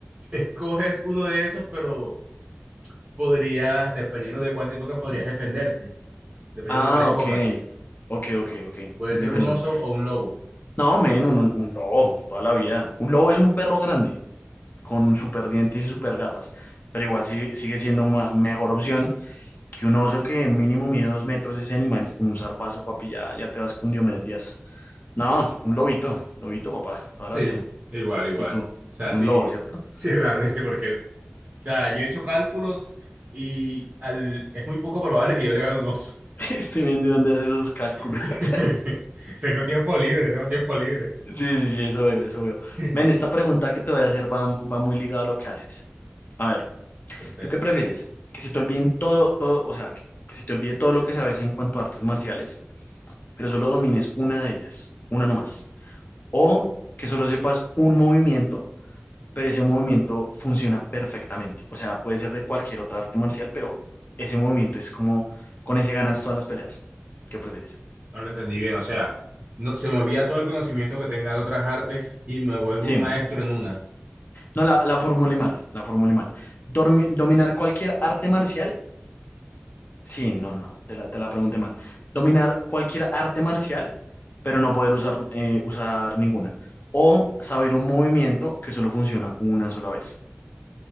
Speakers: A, on the right; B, on the left.
A: escoges uno de esos, pero podrías, dependiendo de cuál te toque, podrías defenderte, dependiendo
B: Ah,
A: de cuál escojas.
B: ok. Ok, ok, ok.
A: Puede
B: Es
A: ser
B: diferente.
A: un oso o un lobo.
B: No, men, un, un- un lobo, toda la vida. Un lobo es un perro grande, con super dientes y super garras, pero igual sí- sigue siendo ma- mejor opción que un oso que mínimo mide dos metros ese animal y con un zarpazo, papi, ya, ya te vas con Diomedes Díaz. No, un lobito, lobito, papá, toda
A: Sí,
B: la vida.
A: igual, igual.
B: ¿Y tú?
A: O sea,
B: Un
A: sí,
B: lobo, ¿cierto?
A: sí, realmente, porque sea, yo he hecho cálculos y al- es muy poco probable que yo le gane un oso.
B: <laughs> Este men, ¿de dónde hace esos cálculos?
A: <laughs>
B: <laughs>
A: Tengo tiempo libre, tengo tiempo libre.
B: Sí, sí, sí, eso veo, eso veo.
A: <laughs>
B: Men, esta pregunta que te voy a hacer va, va muy ligada a lo que haces. A ver,
A: Perfecto.
B: ¿Tú qué prefieres? Que se te olviden todo, todo, o sea, que, que se te olvide todo lo que sabes en cuanto a artes marciales, pero solo domines una de ellas, una nomás. O que solo sepas un movimiento, pero ese movimiento funciona perfectamente. O sea, puede ser de cualquier otra arte marcial, pero ese movimiento es como, con ese ganas todas las peleas. ¿Qué prefieres?
A: No lo entendí bien. O sea, no, se me olvida todo el conocimiento que tenga de otras artes y me vuelvo
B: Sí,
A: un maestro en una.
B: no, la, la formulé mal, la formulé mal. Dormi- dominar cualquier arte marcial Sí, no, no, no, te la, te la pregunté mal. Dominar cualquier arte marcial, pero no poder usar, eh, usar ninguna. O saber un movimiento que solo funciona una sola vez.